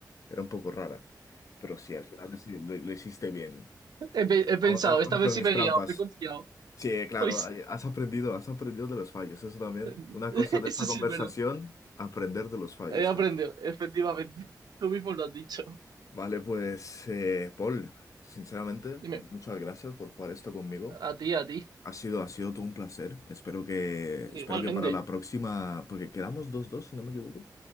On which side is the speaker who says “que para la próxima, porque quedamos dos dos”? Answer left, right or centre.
Left